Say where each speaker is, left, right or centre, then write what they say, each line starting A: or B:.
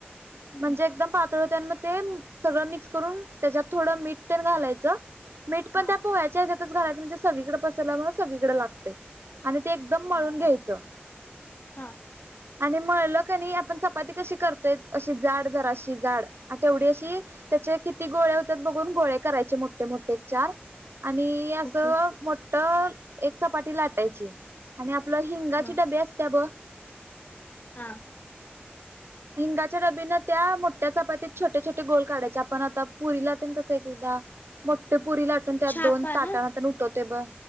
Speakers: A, on the left; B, on the right.
A: हम्म
B: म्हणजे एकदम पातळ तर त्यामध्ये सगळं मिक्स करून त्याच्यात थोडं मीठ तेन घालायचं मीठ पण
A: हा
B: त्या पोह्याच्या हेजातच घालायच म्हणजे सगळीकडं पसरल्यामुळं सगळीकडं लागतय. आणि ते एकदम
A: हा
B: मळून घ्यायचं.
A: हा
B: आणि मळलं कनी, आपण चपाती कशी करतोय अशी जाड जराशी जाड तेवढी अशी त्याचे किती गोळे होत्यात बघून गोळे करायचे मोठे मोठे एक चार आणि असं
A: ओके
B: मोठ एक चपाटी लाटायची आणि आपलं हिंगाची
A: हा
B: डबी असत्या बघ
A: हा.
B: हिंगाच्या डबीने त्या मोठ्या चपातीत छोटे छोटे गोल काढायचे. आपण आता पुरीला तेन कसं तेज्या मोठं पुरी लाटून तर त्यात
A: छापा
B: दोन ताटन
A: ना
B: तेन उठवतोय बघ